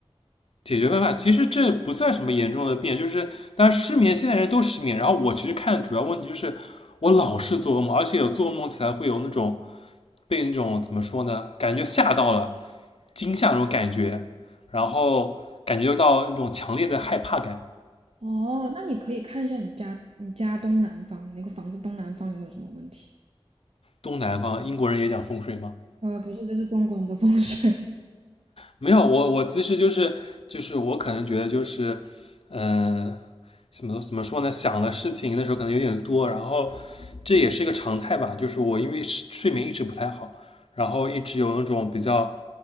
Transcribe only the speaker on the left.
解决办法，其实这不算什么严重的病，就是当然失眠，现在人都失眠。然后我其实看主要问题就是我老是做噩梦，而且有做噩梦起来会有那种被那种怎么说呢，感觉吓到了，惊吓那种感觉，然后感觉到那种强烈的害怕感。
东南方英国人也讲风水嘛，
没有，我我其实就是就是我可能觉得就是，嗯，怎么怎么说呢？想的事情那时候可能有点多，然后这也是一个常态吧。就是我因为是睡眠一直不太好，然后一直有那种比较